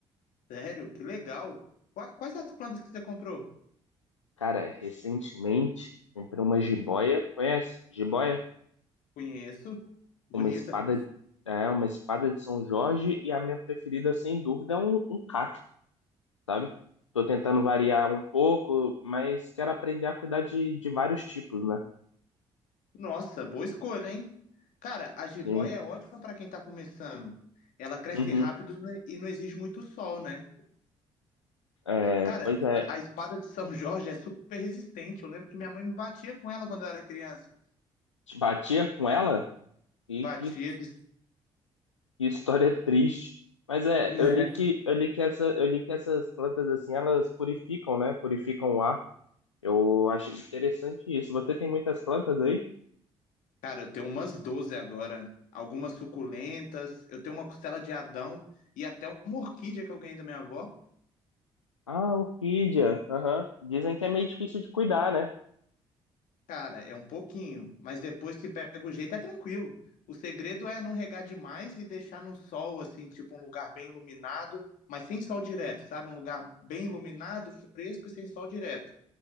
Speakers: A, on the left; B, on the left.
A: Sério, que legal. Qua- Quais as plantas que você comprou?
B: Cara, recentemente, comprei uma jiboia. Conhece? Jiboia?
A: Conheço. Bonita.
B: Uma espada, é, uma espada de São Jorge e a minha preferida, sem dúvida, é um, um cacto, sabe? Tô tentando variar um pouco, mas quero aprender a cuidar de, de vários tipos, né?
A: Nossa, boa escolha, hein? Cara, a jiboia
B: Sim.
A: é ótima pra quem tá começando. Ela cresce
B: Uhum.
A: rápido né, e não exige muito sol, né?
B: É,
A: Cara,
B: pois é,
A: a espada de São Jorge é super resistente. Eu lembro que minha mãe me batia com ela quando eu era criança.
B: te batia com ela e
A: Batia
B: que,
A: de...
B: que história triste. Mas é,
A: <laughs>
B: eu li que eu li que essa, eu li que essas plantas assim, elas purificam, né? Purificam o ar. Eu achei interessante isso. Você tem muitas plantas aí?
A: Cara, eu tenho umas 12 agora, algumas suculentas, eu tenho uma costela de Adão e até uma orquídea que eu ganhei da minha avó.
B: Ah, orquídea. Aham. Dizem que é meio difícil de cuidar, né?
A: Cara, é um pouquinho, mas depois que pega o jeito é tranquilo. O segredo é não regar demais e deixar no sol, assim, tipo um lugar bem iluminado, mas sem sol direto, sabe? Um lugar bem iluminado, fresco e sem sol direto.